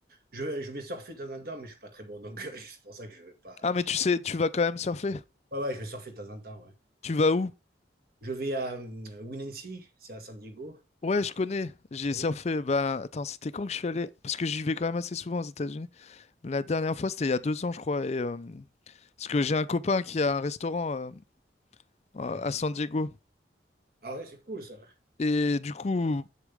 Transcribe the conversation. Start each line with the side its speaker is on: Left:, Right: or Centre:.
Right: Je, je vais surfer de temps en temps, mais je suis pas très bon, donc <laughs> c'est pour ça que je vais pas...
Left: Ah, mais tu sais, tu vas quand même surfer.
Right: euh, Ouais, ouais, je vais surfer de temps en temps, ouais.
Left: Tu vas où?
Right: Je vais à euh, Winancy, c'est à San Diego.
Left: Ouais, je connais. J'ai
Right: Vous
Left: surfé.
Right: connaissez
Left: Ben, attends, c'était quand que je suis allé? Parce que j'y vais quand même assez souvent aux États-Unis. La dernière fois, c'était il y a deux ans, je crois. Et, euh, Parce que j'ai un copain qui a un restaurant euh, à
Right: Ah ouais,
Left: à San Diego.
Right: ah ouais c'est cool, ça.
Left: Et du coup,